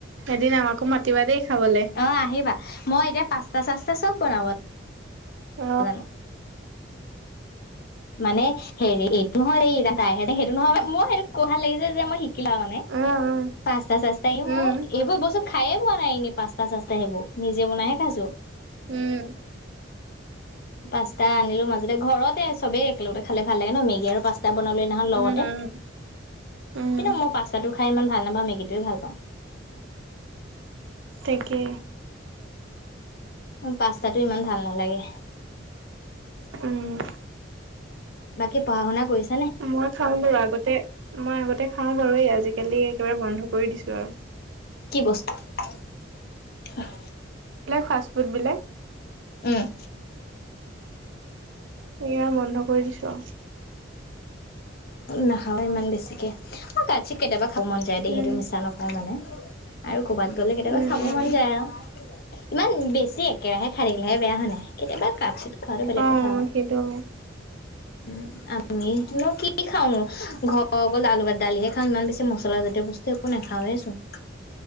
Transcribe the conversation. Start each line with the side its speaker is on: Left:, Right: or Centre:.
Right: এদিন আমাকো মাতিবা দেই খাবলৈ।
Left: অ আহিবা মই এতিয়া পাস্তা চাস্তা চব বনাব।
Right: অ
Left: জানো। মানে হেৰি এইটো হয় দ তাইহেতে সেইটো নহয় মই সেই ক ভাল লাগিছে যে মই শ ল মানে
Right: উম
Left: পাঁচতা চাস্তা
Right: উম
Left: মই এইবোৰ বস্তু খাই পোৱা নাই এনে পাঁচটা চাছটা সেইবোৰ নিজে বনাইহে খাইছো।
Right: উম
Left: পাস্তা আনিলো মাজতে ঘৰতে চবেই একেলগতে খালে ভাল লাগে ন মেগ মেগ আৰু পাস্তা বনাল নহল লগতে,
Right: উম উম উম
Left: কিন্তু মই পাস্তাটো খাই ইমান ভাল নাপাওঁ মেগী য়ে ভাল পাওঁ
Right: একে
Left: অ পাস্তাটো ইমান ভাল নালাগে
Right: উম
Left: বাকী পঢ়া শুনা কৰিছে
Right: মই খাও বাৰু আগতে মই আগতে খাওঁ বাৰু এই আজি আজিকালি একেবাৰে বন্ধ কৰি দিছো আৰু
Left: কি বস্তু আহ
Right: ফ ফুড বিলাক
Left: উম
Right: সেই মন নক দিছো
Left: নাখাও ইমান বেছিকে অ কাতচিত কেইটাবা খাব মন যায় দেইটো
Right: উম
Left: মছা নকওঁ মানে আৰু ক'ৰবাত গ'লে কেতিয়াবা
Right: উম
Left: খাব
Right: উম
Left: মন যায় আৰু ইমান বেছি একেৰাহে খানিলেহে বেয়া হ নাই কেতিয়াবা কাট খোৱা আৰু বেলেগ
Right: অ
Left: কথা
Right: সেইটো
Left: উম আমি কি খাওঁ ঘৰৰ অকল আলুত দালিহে খাওঁ ইমান বেছি মচলাজাতীয় বস্তু একো নাখাওৱে চোন